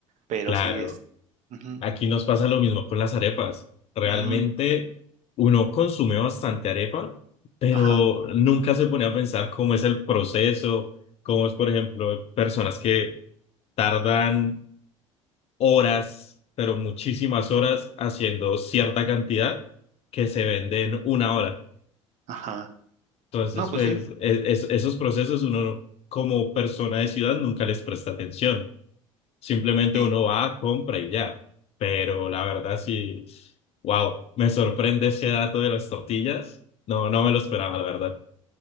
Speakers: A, on the right; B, on the left.
A: pero
B: Claro.
A: sí es. ujú,
B: Aquí nos pasa lo mismo con las arepas. Realmente
A: mm,
B: uno consume bastante arepa, pero
A: ajá,
B: nunca se pone a pensar cómo es el proceso, cómo es, por ejemplo, personas que tardan horas, pero muchísimas horas haciendo cierta cantidad que se vende en una hora.
A: ajá.
B: Entonces,
A: No, pues
B: pues,
A: sí.
B: e- es- esos procesos uno como persona de ciudad nunca les presta atención. Simplemente
A: sí.
B: uno va, compra y ya. Pero la verdad sí, wow, me sorprende ese dato de las tortillas. No, no me lo esperaba, la verdad.